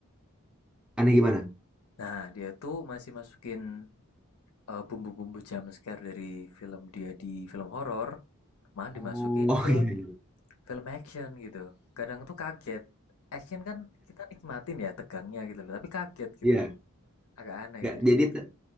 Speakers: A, in the centre; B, on the left.
A: Aneh gimana?
B: Nah, dia tuh masih masukin eh, bumbu-bumbu jumpscare dari film dia di film horor, malah dimasukin
A: Oh <laughs> oh,
B: ke
A: iya iya.
B: film action gitu. Kadang tuh kaget. Action kan kita nikmatin ya tegangnya gitu loh, tapi kaget gitu.
A: Iya.
B: Agak aneh
A: Nggak,
B: dari
A: jadi
B: situ.
A: te-